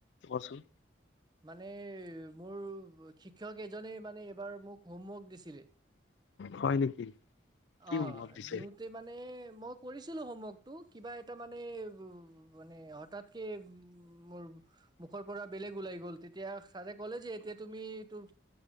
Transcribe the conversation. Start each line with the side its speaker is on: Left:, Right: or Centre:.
Left: কচোন,
Right: মানে মোৰ শিক্ষক এজনে মানে এইবাৰ মোক হোমৱৰ্ক দিছিলে
Left: হয় নেকি কি
Right: অ',
Left: সমভৱ দিছে
Right: দিওঁতে মানে মই কৰিছিলোঁ হোমৱৰ্কটো, কিবা এটা মানে মানে হঠাৎকে উ মোৰ মুখৰ পৰা বেলেগ ওলাই গ'ল। তেতিয়া চাৰে ক'লে যে, এতিয়া তুমি তোৰ